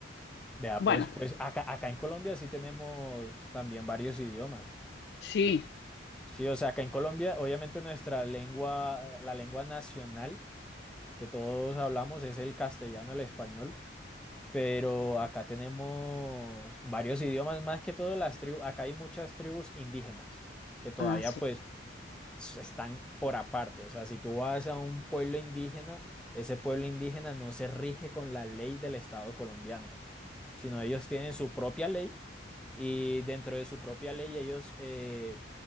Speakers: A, in the centre; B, on the left (about 60°).
A: Vea,
B: Bueno,
A: pues, pues acá, acá en Colombia sí tenemos también varios idiomas.
B: sí,
A: Sí, o sea, acá en Colombia, obviamente nuestra lengua, la lengua nacional que todos hablamos es el castellano, el español, pero acá tenemos varios idiomas, más que todo las tribus, acá hay muchas tribus indígenas que todavía
B: ah, sí,
A: pues s- están por aparte. O sea, si tú vas a un pueblo indígena, ese pueblo indígena no se rige con la ley del Estado colombiano, sino ellos tienen su propia ley Y dentro de su propia ley ellos eh,